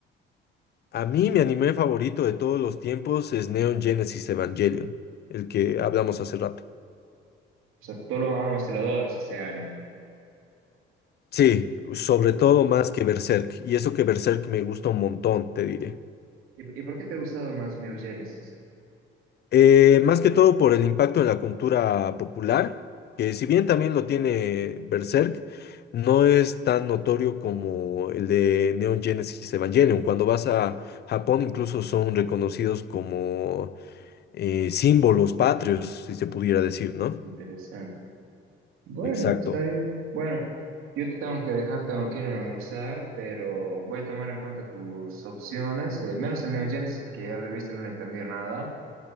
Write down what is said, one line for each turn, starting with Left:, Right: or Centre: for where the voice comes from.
Left: A mí mi anime favorito de todos los tiempos es Neon Genesis Evangelion, el que hablamos hace rato.
Right: O sea, tú lo amas y lo adoras ese anime.
Left: Sí, sobre
Right: ¿Y, y,
Left: todo más que Berserk, y eso que Berserk me gusta un montón, te diré.
Right: y por qué te ha gustado más Neo Genesis?
Left: Eh, más que todo por el impacto en la cultura popular, que si bien también lo tiene Berserk, no es tan notorio como el de Neon Genesis Evangelion. Cuando vas a Japón incluso son reconocidos como eh, símbolos patrios, si se pudiera decir, ¿no?
Right: Interesante. Bueno,
Left: Exacto.
Right: está bien. Bueno, yo te tengo que dejar, tengo que irme a almorzar, pero voy a tomar en cuenta tus opciones, eh, menos el Neo Genesis porque ya lo he visto y no le entendí nada,